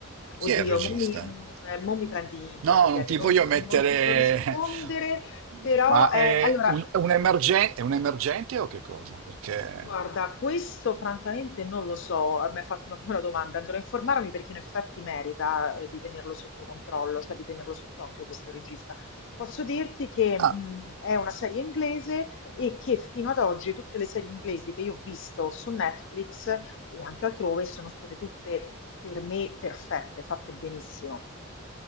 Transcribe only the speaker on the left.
Oddio,
mo mi, mm, eh, mo mi prendi in contropiede,
non,
non ti so rispondere,
però
eh,
allora,
guarda, questo francamente non lo so, eh, mi hai fatto una buona domanda, andrò a informarmi perché in effetti merita eh, di tenerlo sotto controllo, cioè di tenerlo sott'occhio questo regista. Posso dirti che
mm, è una serie inglese e che fino ad oggi tutte le serie inglesi che io ho visto su Netflix e anche altrove sono state tutte per me perfette, fatte benissimo.